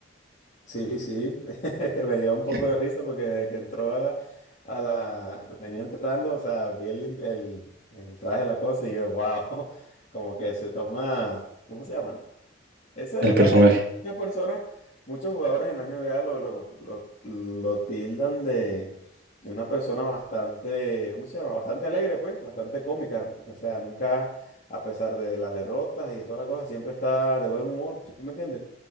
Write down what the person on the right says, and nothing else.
el
el
personaje.